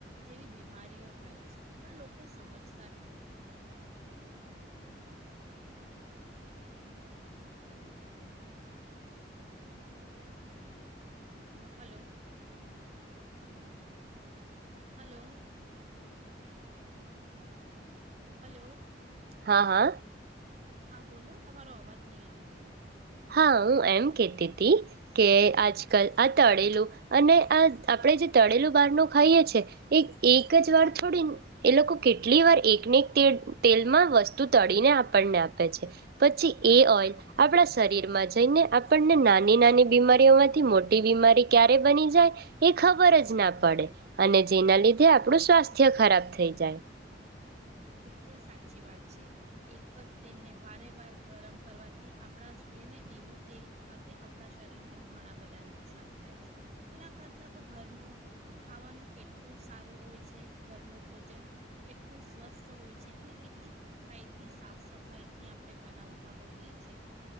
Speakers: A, on the right; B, on the right.
A: જેવી બીમારીઓ થાય છે પણ લોકો સમજતા જ નથી હલો હલો હલો
B: હા હા
A: હા બોલો તમારો અવાજ નહીં આવતો હતો
B: હા હું એમ કહેતી હતી કે આજકાલ આ તળેલું અને આ આપણે જે તળેલું બહારનું ખાઈએ છે એ એક જ વાર થોડી એ લોકો કેટલી વાર એકને એક તેલમાં વસ્તુ તળીને આપણને આપે છે પછી એ ઓઈલ આપણા શરીર માં જઈને આપણને નાની નાની બીમારીઓમાંથી મોટી બીમારી ક્યારે બની જાય એ ખબર જ ના પડે અને જેના લીધે આપણું સ્વાસ્થ્ય ખરાબ થઈ જાય
A: બિલકુલ સાચી વાત છે એક જ તેલને વારે વાર ગરમ કરવાથી આપણા એને એવું તેલ ખાવાથી આપણા શરીરને ઘણા બધા નુકસાન થાય છે એના કરતાં તો ઘરનું ખાવાનું કેટલું સારું હોય છે ઘરનું ભોજન કેટલું સ્વસ્થ હોય છે અને કેટલી ઓોખાઈથી સાફ સફાઈથી આપણે બનાવતા હોઈએ છે